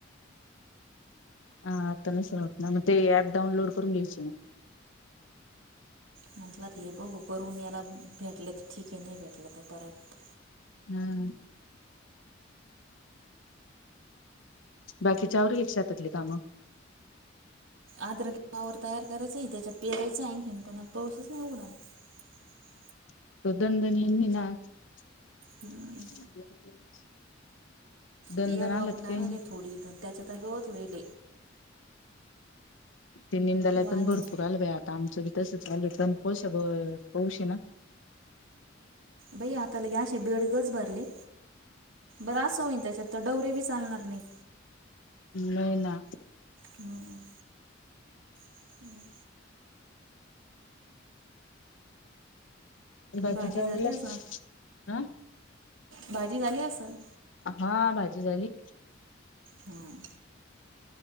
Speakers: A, on the left; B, on the right.
A: ह आता नाही सल वाट ना मग ते ऍप डाउनलोड करून घ्यायची ना
B: म्हटला तर हे बघू करून याला भेटले तर ठीके नाही भेटले त परत
A: हम् बाकीचे आवरले का शेतातली काम
B: आद्रवर तयार करायचा आहे त्याच्यात पेरायचं आणखीन पण आज पाऊसच नाही उघडाला <unintelligible>
A: <unintelligible>
B: हम्म ती हलो
A: आलात
B: आपण लावेली
A: काही नाही
B: थोडी त्याच्यात गवत व्हायेल
A: ते निदायला
B: वांगे
A: पण भरपूर आलय बाई आता आमचं बी. तस चालू पण पोहशक पोहशी ना
B: बाई आता लगे असे बेडगच भरले. बरा अस होईन त्याच्यात डवरे बी चालणार नाही
A: नाही ना.
B: हम् हम्
A: बाकीच्या
B: भाजी झाली
A: वेळेला
B: असन
A: आ
B: भाजी झाली असेल.
A: हा भाजी झाली.
B: हम्म